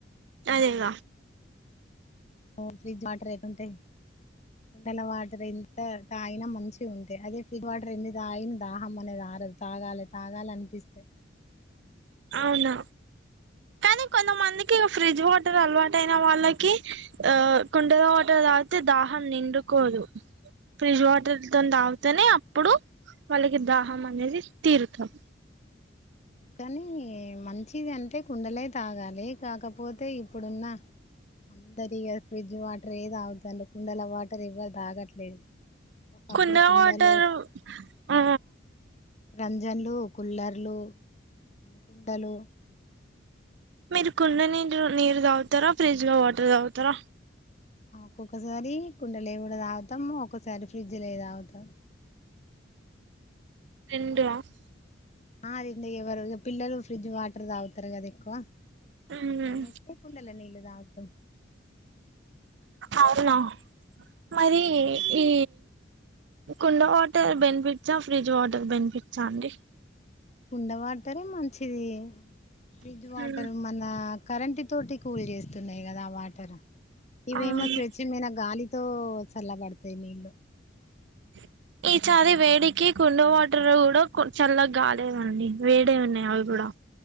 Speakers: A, on the right; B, on the left.
A: అదేగ
B: <unintelligible> ఫ్రిజ్ వాటర్ ఎట్టుంటాయ్ కుండల వాటర్ ఎంత తాగిన మంచి ఉంటే అదే ఫ్రిడ్జ్ వాటర్ ఎన్ని తాగిన దాహం అనేది మారదు తాగాలి తాగాలి అనిపిస్తే
A: అవునా కానీ కొంతమందికి ఫ్రిడ్జ్ వాటర్ అలవాటయిన వాళ్ళకి ఆ కుండలో వాటర్ తాగితే దాహం నిండుకోదు ఫ్రిడ్జ్ వాటర్ తోని <unintelligible> <unintelligible> అప్పుడు వాళ్ళకి దాహం అనేది తీరుతాం
B: కానీ మంచిది అంటే కుండలే తాగాలి కాకపోతే ఇప్పుడున్న అందరిగా ఫ్రిడ్జ్ వాటర్ ఏ తాగుతుం కుండల వాటర్ ఇవ్వరు తాగట్లేదు ఒకప్పుడు
A: కుండ
B: కుండలు
A: వాటారు ఆ
B: రంజన్లు కుల్లర్లు కుండలు
A: మీరు కుండ నీరు నీరు తాగుతారా ఫ్రిడ్జ్ లో వాటర్ తాగుతార
B: ఒక్కొక్కసారి కుండలే కూడ తాగుతాం ఒక్కసారి ఫ్రిడ్జ్లే తాగుతాం
A: <unintelligible>
B: <unintelligible> ఎవరు పిల్లలు ఫ్రిడ్జ్ వాటర్ తాగుతారు కదా ఎక్కువ
A: మ్మ్
B: మేమైతే కుండలో నీళ్లు తాగుతం
A: అవునా మరీ ఈ కుండ వాటర్ బెనిఫిట్సా ఫ్రిడ్జ్ వాటర్ బెనిఫిట్సా అండి
B: కుండ వాటరే మంచిది ఫ్రిజ్ వాటర్
A: మ్మ్
B: మన కరెంటితోటి కూల్ చేస్తున్నాయి కదా ఆ వాటర్ ఇవేమో
A: అవును
B: స్వేచ్ఛమైన గాలితో చల్లబడతాయి నీళ్ళు
A: <inaudible> ఈ చారి వేడికి కుండ వాటర్ కూడా చల్ల గాలేదండి వేడే ఉన్నాయి అవ్ కూడా